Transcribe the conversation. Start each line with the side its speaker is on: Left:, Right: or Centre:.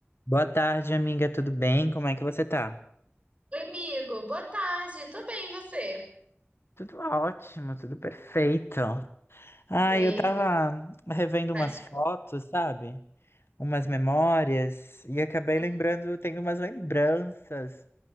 Left: Boa tarde, amiga. Tudo bem? Como é que você tá?
Right: Oi, amigo. Boa tarde. Tô bem, e você?
Left: Tudo ótimo, tudo perfeito. Ah,
Right: Ei,
Left: eu tava revendo
Right: tá
Left: umas fotos, sabe? Umas memórias e acabei
Right: hum,
Left: lembrando, tenho umas lembranças